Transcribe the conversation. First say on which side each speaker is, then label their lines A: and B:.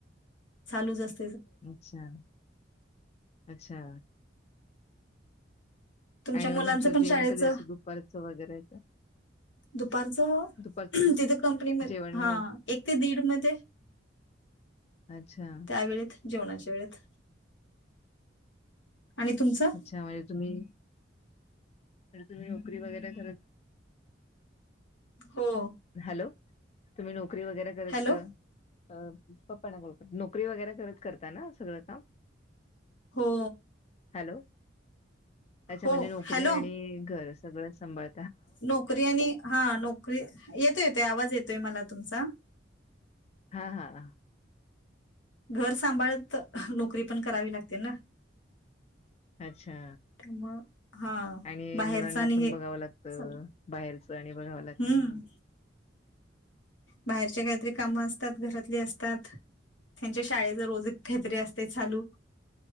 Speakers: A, on the left; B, on the left.
A: चालूच असत
B: अच्छा अच्छा.
A: तुमच्या
B: आणि
A: मुलांचं
B: मग तुमचं
A: पण
B: जेवण
A: शाळेचं
B: कधी असं दुपारचं वगैरे
A: दुपारचं
B: दुपारचं
A: तिथे कंपनीमध्ये
B: जेवण
A: हा
B: व
A: एक ते दीड मध्ये <inaudible>
B: अच्छा!
A: त्या वेळेत जेवणाच्या वेळेत आणि तुमचं
B: अच्छा म्हणजे तुम्ही तुम्ही नोकरी वगैरे करत
A: हो!
B: हॅलो तुम्ही नोकरी वगैरे करत
A: हॅलो
B: अ पप्पाना बोल नोकरी वगैरे करत करताना सगळं काम
A: हो!
B: हॅलो अच्छा
A: हो
B: म्हणजे नोकरी
A: हॅलो
B: आणि घर सगळं संभाल
A: नोकरी आणि हा नोकरी येतो येतोय आवाज येतोय मला तुमचा
B: हा हा..
A: घर सांभाळत नोकरी पण करावी लागते ना.
B: अच्छा!
A: त्यामुळं हा
B: आणि
A: बाहेरचा
B: मुलांना
A: आणि
B: पण
A: हे
B: बघावं लागत
A: चालू.
B: बाहेरच आणि बघाव लागतं
A: हम्म बाहेरचे काहीतरी कामं असतात. घरातली असतात त्यांच्या शाळेच रोज काहीतरी असते चालू